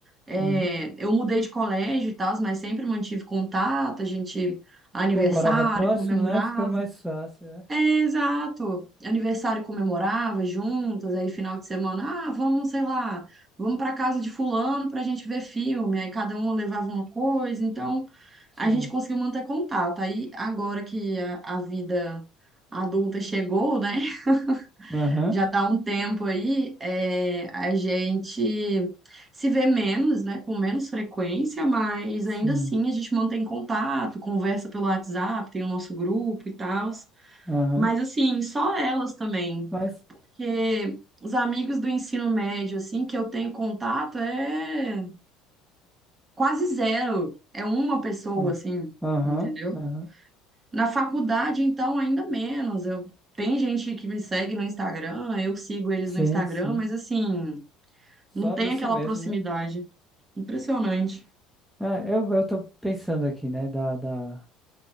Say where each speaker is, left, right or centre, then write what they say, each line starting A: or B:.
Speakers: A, on the right; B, in the centre.
A: É,
B: Uhum.
A: eu mudei de colégio e tal, mas sempre mantive contato. A gente, aniversário,
B: Como morava próximo,
A: comemorava.
B: né? Fica mais fácil, né?
A: É, exato. Aniversário comemorava juntas, aí final de semana, ah, vamos, sei lá, vamos para casa de fulano para a gente ver filme. Aí cada um levava uma coisa, então
B: Sim.
A: a gente conseguiu manter contato. Aí agora que a, a vida adulta chegou, né? <laughs>
B: Aham,
A: Já tá um tempo aí, é, a gente se vê menos, né? Com menos frequência, mas
B: Sim.
A: ainda assim a gente mantém contato, conversa pelo WhatsApp, tem o nosso grupo e tal.
B: Aham,
A: Mas assim, só elas também,
B: Mas.
A: porque os amigos do ensino médio assim que eu tenho contato é quase zero, é uma pessoa
B: ah,
A: assim,
B: Aham,
A: entendeu?
B: aham.
A: Na faculdade então ainda menos. Eu tem gente que me segue no Instagram, eu sigo eles
B: Sim,
A: no Instagram,
B: sim.
A: mas assim,
B: Só
A: não tem
B: disso
A: aquela
B: mesmo,
A: proximidade.
B: né?
A: Impressionante.
B: É, eu, eu tô pensando aqui, né? Da, da,